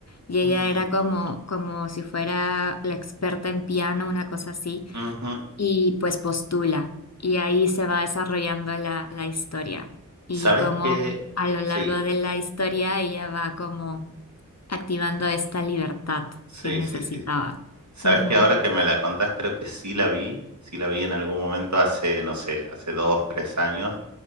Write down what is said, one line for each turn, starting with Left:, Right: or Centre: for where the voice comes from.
Left: Y
Right: Mm,
Left: ella era como,
Right: ujú,
Left: como si fuera la experta en piano, una cosa así
Right: ujú.
Left: y pues postula. Y ahí se va desarrollando la, la historia. Y
Right: ¿Sabes
Left: como
Right: qué?
Left: a lo largo
Right: Sí,
Left: de la historia ella va como activando esta libertad
Right: sí,
Left: que necesitaba.
Right: sí, sí. ¿Sabes
Left: Ujú.
Right: que ahora que me la contás, creo que sí la vi? Sí la vi en algún momento hace, no sé, hace dos, tres años.